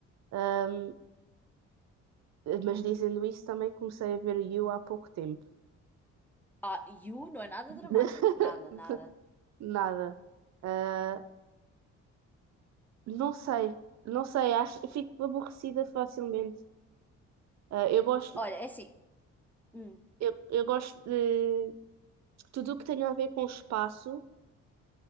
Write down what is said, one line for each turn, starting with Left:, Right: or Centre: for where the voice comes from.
Right: Ahm, mas dizendo isso, também comecei a ver You há pouco tempo.
Centre: Ah, You não é nada
Right: <laughs>
Centre: dramático, nada, nada.
Right: Nada. Ah, Não sei, não sei, acho, fico aborrecida facilmente. Ah, eu gosto,
Centre: Olha, é assim. hum,
Right: eu, eu gosto de tudo o que tem a ver com espaço,